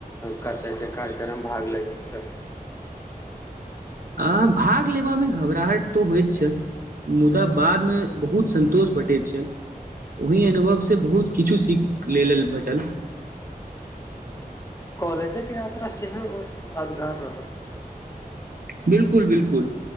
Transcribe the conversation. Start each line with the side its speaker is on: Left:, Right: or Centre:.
Left: कतयके कार्यक्रम भाग लगैत रहै
Right: हँ भाग लेबमे घबराहट त होइत छल। मुदा बादमे बहुत सन्तोष भेटैत छल। ओहि अनुभवसँ बहुत किछु सीख लेल भेटल।
Left: कॉलेजेके यात्रा सेहो यादगार रहल।
Right: बिलकुल बिलकुल